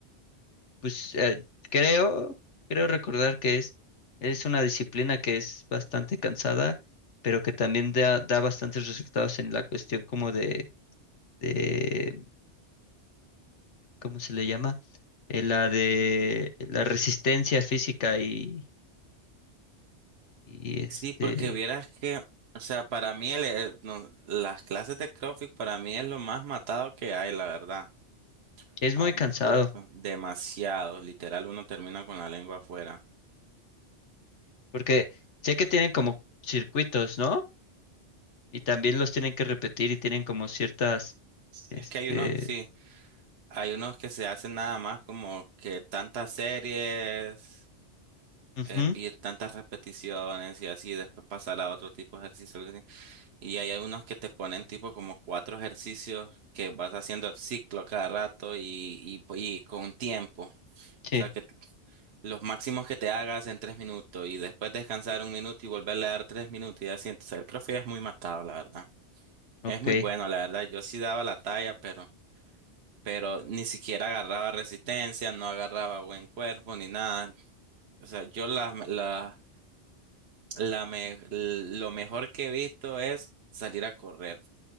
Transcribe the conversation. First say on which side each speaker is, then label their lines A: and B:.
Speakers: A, on the left; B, on the right.
A: Pues eh, creo, creo recordar que es, es una disciplina que es bastante cansada, pero que también da, da bastantes resultados en la cuestión como de, de, ¿cómo se le llama? Eh, la de la resistencia física y, y este,
B: Sí, porque vieras que, o sea, para mí el, eh, no, las clases de CrossFit para mí es lo más matado que hay, la verdad.
A: es
B: Ah,
A: muy
B: me
A: cansado,
B: pure- demasiado, literal, uno termina con la lengua afuera.
A: porque sé que tienen como circuitos, ¿no? Y también los tienen que repetir y tienen como ciertas,
B: Sí,
A: este,
B: Es que hay unos, sí. Hay unos que se hacen nada más como que tantas series,
A: ujú,
B: eh, y tantas repeticiones y así, después pasar a otro tipo de ejercicio. algo así. Y hay unos que te ponen tipo como cuatro ejercicios que vas haciendo el ciclo cada rato y, y, y con tiempo. O
A: sí,
B: sea, que los máximos que te hagas en tres minutos y después descansar un minuto y volverle a dar tres minutos y así. Entonces, el profe es muy matado, la verdad.
A: ok,
B: Es muy bueno, la verdad. Yo sí daba la talla, pero pero ni siquiera agarraba resistencia, no agarraba buen cuerpo ni nada. O sea, yo la, la, la me- lo mejor que he visto es salir a correr.